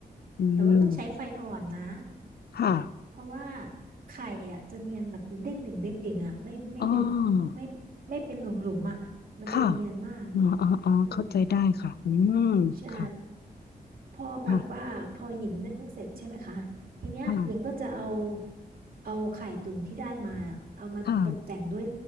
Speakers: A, on the left (about 80°); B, on the right (about 65°).
A: อืม
B: แต่ว่าต้องใช้ไฟอ่อนนะ
A: ค่ะ
B: เพราะว่าไข่อ่ะจะเนียนแบบเด้งดึงเด้งดึงอ่ะไม่ไม่เป็น
A: อ๋อ
B: ไม่ไม่เป็นหลุมหลุมอ่ะมันจะเนียนมาก
A: ค่ะอ๋ออ๋ออ๋อเข้าใจได้ค่ะอืม
B: อืมใช่
A: ค่ะ
B: พอแบบว่าพอหญิงนึ่งเสร็จใช่ไหมคะทีเนี้ยหญิงก็จะเอา
A: ค่ะค่ะ
B: เอาไข่ตุ๋นที่ได้มาอะเอามาตกแต่งด้วย
A: ค่ะ